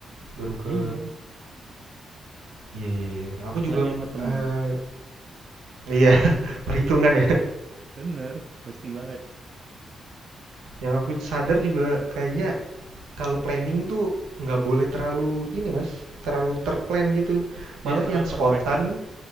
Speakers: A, on the right (about 80°); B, on the right (about 50°).
A: baru ke
B: Iya,
A: iya iya iya. Nah, Aku
B: apalagi
A: juga,
B: sama temen.
A: eee, iya <laughs> perhitungan ya.
B: Bener, pasti banget.
A: Yang aku sadar juga kayaknya kalau planning tuh nggak boleh terlalu ini Mas, terlalu terplan gitu. Malah
B: Iya, terlalu
A: yang spontan
B: perfect ya?